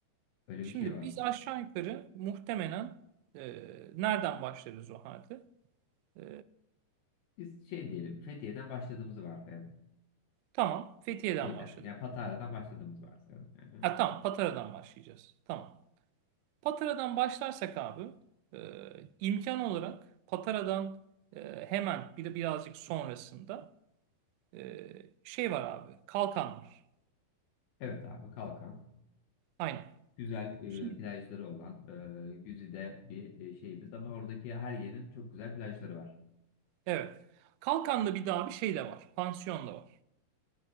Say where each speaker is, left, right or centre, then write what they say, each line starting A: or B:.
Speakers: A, on the left; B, on the right.
A: Öyle
B: Şimdi
A: bir şey var.
B: biz aşağı yukarı muhtemelen e, nereden başlarız o halde? E,
A: Biz şey diyelim, Fethiye'den başladığımızı varsayalım.
B: Tamam. Fethiye'den
A: Şeyden,
B: başladık.
A: yani Patara'dan başladığımızı varsayalım yani.
B: Ha tamam Patara'dan başlayacağız. Tamam. Patara'dan başlarsak abi e, imkan olarak Patara'dan e, hemen bir de birazcık sonrasında e, şey var abi. Kalkan var.
A: Evet abi Kalkan.
B: Aynen.
A: Güzel
B: Şimdi,
A: e, plajları olan e, Güzide bir e, şeyimiz ama oradaki her yerin çok güzel plajları var.
B: evet. Kalkan'da bir daha bir şey de var. Pansiyon da var.